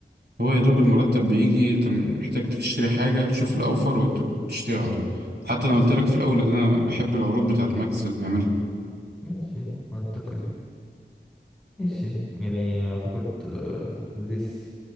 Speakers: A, on the right; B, in the centre.
A: هو يا دوب المرتب بيجي انت محتاج تشتري حاجه تشوف الاوفر وت- وتشتري على طول حتى انا قلت لك في الاول ان انا بحب العروض بتاعت ماكس اللي بيعملها
B: ماشي منطقي ماشي يعني اعتقد آه، لذيذ